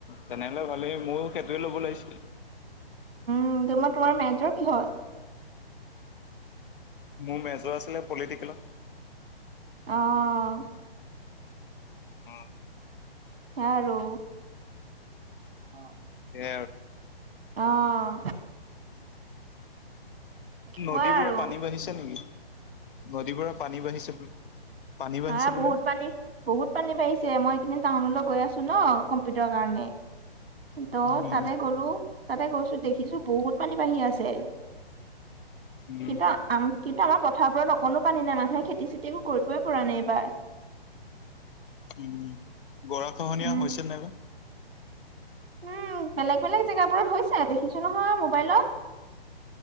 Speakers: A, on the left; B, on the right.
A: তেনেহলে ভালেই মোইও সেইটোৱে ল'ব লাগিছিলে
B: উম তোমাৰ তোমাৰ মেজৰ কিহত
A: মোৰ মেজৰ আছিলে পলিটিকেলত
B: অহ
A: অ
B: হ আৰু অ
A: এ
B: অহ কোৱা
A: নদীবোৰৰ
B: আৰু
A: পানী বাঢ়িছে নিকি নদীবোৰৰ পানী বাঢ়িছে বোলে পানী বাঢ়িছে
B: হা
A: বোলে।
B: বহুত পানী বহুত পানী বাঢ়িছে মই এইকেইদিন টাউনলৈ গৈ আছো ন কম্পিউটাৰ কাৰণে ত'
A: উম,
B: তাতে গলো তাতে গৈছো দেখিছো বহুত পানী বাঢ়ি আছে
A: উম,
B: কিন্তু আম কিন্তু আমাৰ পথাৰবোৰত অকনো পানী নাই মানুহে খেতি চেতি একো কৰিবই পৰা নাই এইবাৰ
A: উম গৰা খহনীয়া
B: উম
A: হৈছে নাই বা
B: উম বেলেগ বেলেগ জেগাবোৰত হৈছে দেখিছো নহয় মোবাইলত